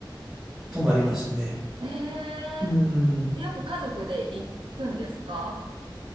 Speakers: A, in the centre; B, on the right (about 90°).
A: 泊まりましたね。
B: え。え
A: うん。
B: えよく家族で行くんですか